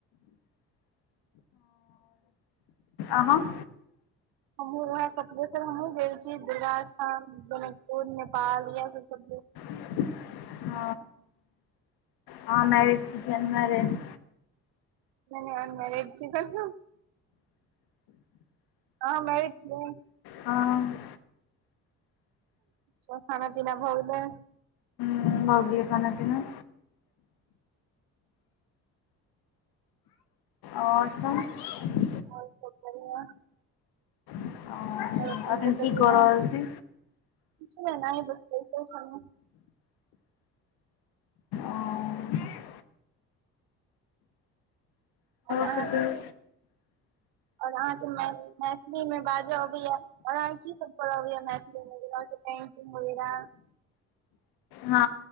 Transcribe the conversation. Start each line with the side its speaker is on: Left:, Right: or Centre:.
Left: आहाँ
Right: हमहु वएह कपिलेश्वर हमहु गेल छी दुर्गा स्थान जनकपुर नेपाल इयह सब
Left: <unintelligible> आहाँ मैरेज छिय की अनमैरेज
Right: नैय नैय अनमैरेज छी बस आहाँ मैयरेज छियै
Left: हँ
Right: सब खाना पीना भ गेलै
Left: हूँ भ गेलै खाना पीना और सब
Right: और सब बढिया
Left: अ,
Right: <unintelligible>
Left: एखन की कऽ रहल छी
Right: बस बैसल छेलौ
Left: आओर
Right: आय
Left: सब
Right: आहाँ
Left: कहियौ
Right: के और आहाँ के मै मैथिली मे बाजऽ अबैया और आहाँ की सब पढ़ऽ अबैये मैथिली मे जेना की पेंटिंग वेगेराह
Left: ह